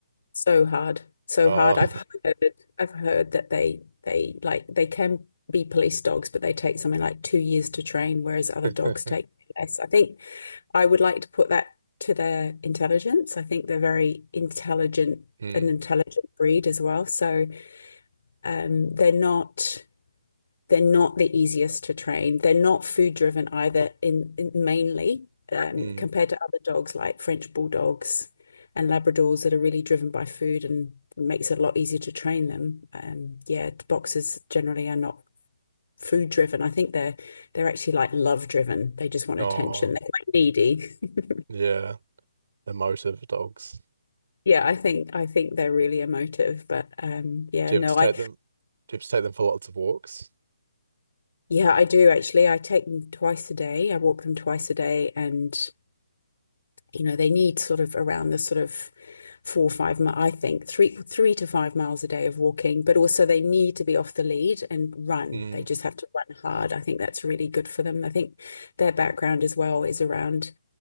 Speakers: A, on the left; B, on the right.
A: So hard, so
B: Oh,
A: hard. I've heard, I've heard that they they like they can be police dogs, but they take something like two years to train, whereas other
B: <laughs>
A: dogs take less. I think I would like to put that to their intelligence. I think they're very intelligent,
B: mm,
A: an intelligent breed as well. So um, they're not. They're not the easiest to train. They're not food driven either, in, in- mainly um,
B: mm,
A: compared to other dogs like French bulldogs and Labradors that are really driven by food and makes it a lot easier to train them. Um, yeah, the boxers generally are not food driven. I think they're they're actually like love driven. They just want
B: oh,
A: attention. They're quite needy. <laughs>
B: yeah, emotive dogs.
A: Yeah, I think I think they're really emotive, but um yeah,
B: Do you
A: no,
B: have to take
A: I
B: them? Do you have to take them for lots of walks?
A: yeah, I do actually. I take them twice a day. I walk them twice a day and you know, they need sort of around the sort of four, or five, I think three, three to five miles a day of walking, but also they need to be off the lead and run.
B: Mm.
A: They just have to run hard. I think that's really good for them. I think their background as well is around,